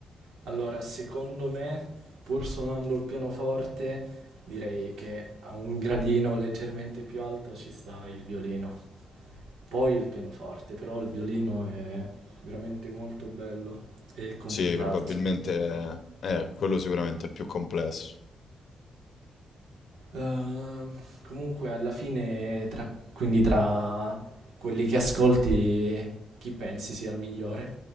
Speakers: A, on the right; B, on the left.
A: Allora, secondo me, pur suonando il pianoforte, direi che a un gradino leggermente più alto ci sta il violino. Poi il pianoforte, però il violino è veramente molto bello e complicato
B: Sì, probabilmente
A: soprattutto.
B: eh, quello sicuramente è il più complesso.
A: Ehm, comunque alla fine, tra- quindi tra quelli che ascolti, chi pensi sia il migliore?